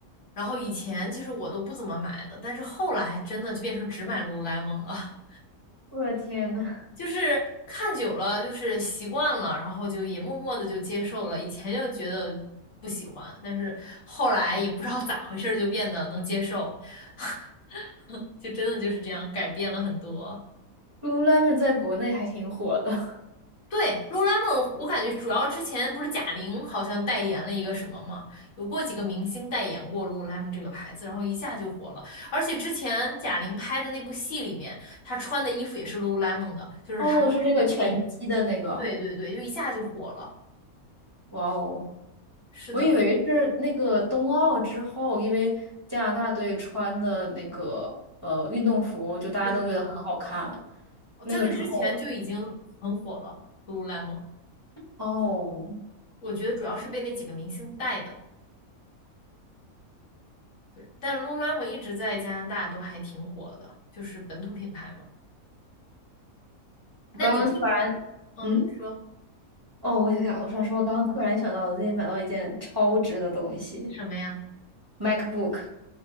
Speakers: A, on the left; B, on the right.
A: 然后以前其实我都不怎么买的，但是后来真的就变成只买 Lululemon 了。
B: 我的天呐！
A: 就是看久了，就是习惯了，然后就也默默的就接受了。以前就觉得不喜欢，但是后来也不知道咋回事儿，就变得能接受，<laughs> 就真的就是这样改变了很多。
B: Lululemon 在国内还挺火的。<laughs>
A: 对，Lululemon，我感觉主要之前不是贾玲好像代言了一个什么嘛，有过几个明星代言过 Lululemon 这个牌子，然后一下就火了。而且之前贾玲拍的那部戏里面，她穿的衣服也是 Lululemon 的，就是她拍那个电影。
B: 哦，是那个拳击的那个，
A: 对对对，就一下就火了。
B: 哇哦，
A: 是的，
B: 我以为是那个冬奥之后，因为加拿大队穿的那个呃运动服，就大家都觉得很好看。
A: 是的。我在那之前就已经很火了，Lululemon。
B: 那个之后，哦，
A: 我觉得主要是被那几个明星带的。对，但 Lululemon 一直在加拿大都还挺火的，就是本土品牌嘛。
B: 我刚刚突然，
A: 那你会，嗯，
B: 嗯，
A: 你说
B: 哦，我想想，我想说，我刚刚突然想到，我最近买到一件超值的东西
A: 什么呀
B: ，MacBook。